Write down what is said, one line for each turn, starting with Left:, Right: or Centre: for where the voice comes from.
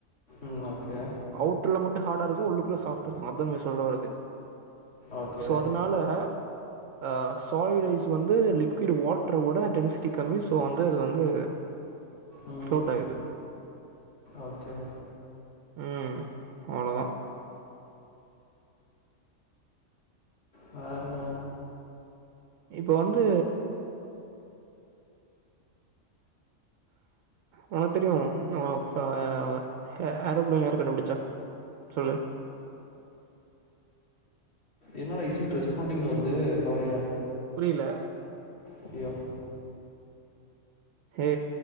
Left: ம் ஓகே
Right: அவுட்ர்ல மட்டு ஹாடா இருக்கு உள்ளுக்குள்ள சாஃப்ட் இருக்கு அதா மீ சொல்ல வர்றது
Left: ஓகே
Right: சோ அதனால அ சாலிட் ஐஸ் வந்து லிக்விட் வாட்டர விட டென்சிட்டி கம்மி ஸோ வந்து அது வந்து
Left: ம்
Right: ஃப்ளோட் ஆகுது
Left: ஓகே
Right: ம் அவ்ளோதா
Left: வேற என்ன
Right: இப்ப வந்து உனக்கு தெரியு நம்ம இஃப்ப எ ஏ ஆரோ பிளான யாரு கண்டுபுடிச்சா சொல்லு
Left: என்னட இஸ்க் ரெஸ்பாண்டிங்னு வருது காரியா
Right: புரியில
Left: அய்யோ
Right: ஹே